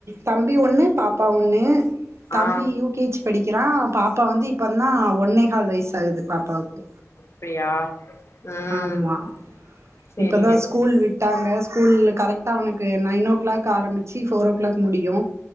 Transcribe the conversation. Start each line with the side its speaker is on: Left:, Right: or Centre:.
Right: தம் அப்டி ஒண்ணு பாப்பா ஒண்ணு
Left: ஆ
Right: தம்பி யூ கேச் படிக்கிறா பாப்பா வந்து இப்போ இந்தா ஒன்னைகால் வைஷ் ஆகுது பாப்பாவுக்கு
Left: அப்டியா ம்
Right: ஆமா
Left: சேரிங்க
Right: இப்பதா
Left: சிஸ்
Right: ஸ்கூல் விட்டாங்க ஸ்கூல் கரெக்டாக உனுக்கு நைன் ஓ கிளாக் ஆரம்பிச்சு ஃபோர் ஓ கிளாக் முடியு